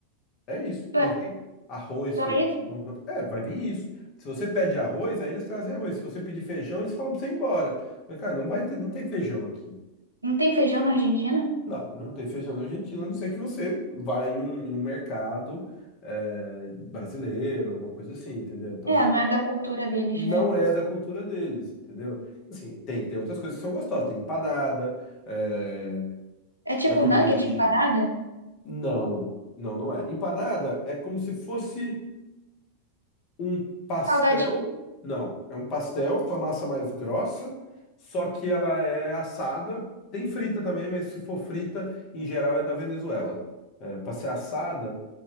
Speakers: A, on the left; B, on the right.
A: É isso.
B: É,
A: Não vem arroz,
B: só
A: feijão.
B: isso?
A: não- É, vai vir isso. Se você pede arroz, aí eles trazem arroz. Se você pedir feijão, eles falam pra você ir embora. Mas, cara, não vai ter, não tem feijão aqui.
B: Não tem feijão na Argentina?
A: Não, não tem feijão na Argentina, a não ser que você vá em um, em um mercado é, brasileiro, alguma coisa assim, entendeu? Então,
B: É, não é da cultura deles,
A: não
B: né?
A: é da cultura deles, entendeu? Assim, tem, tem outras coisas que são gostosas. Tem empanada, é,
B: É tipo
A: da comida
B: um nugget
A: argentina.
B: empanada?
A: Não, não, não é. Empanada é como se fosse. um pastel.
B: Salgadinho.
A: Não, é um pastel com a massa mais grossa, só que ela é assada. Tem frita também, mas se for frita, em geral é da Venezuela. É, para ser assada,